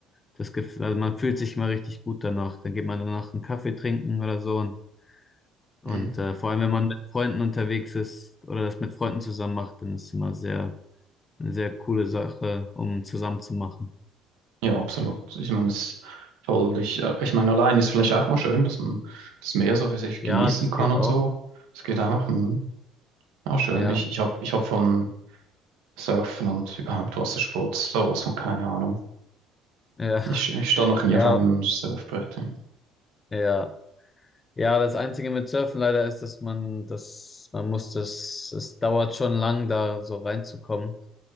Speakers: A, on the left; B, on the right.
A: Das gef also man fühlt sich mal richtig gut danach. Dann geht man danach einen Kaffee trinken oder so. Und, und
B: Mhm.
A: äh, vor allem, wenn man mit Freunden unterwegs ist oder das mit Freunden zusammen macht, dann ist es immer sehr, eine sehr coole Sache, um zusammen zu machen.
B: Ja, absolut. Ich meine, das ist toll. Ich, äh, ich meine, allein ist vielleicht auch mal schön, dass man das Meer so für sich
A: Ja,
B: genießen
A: das
B: kann
A: geht
B: und
A: auch.
B: so. Das geht auch. Mhm. Ja, schön.
A: Ja,
B: Ich, ich habe ich hab von Surfen und überhaupt Wassersport sowas von keine Ahnung.
A: ja,
B: Ich, ich stand noch nie
A: <laughs>
B: auf
A: ja,
B: einem Surfbrett. ja.
A: ja. Ja, das Einzige mit Surfen leider ist, dass man das, man muss das, es dauert schon lang, da so reinzukommen.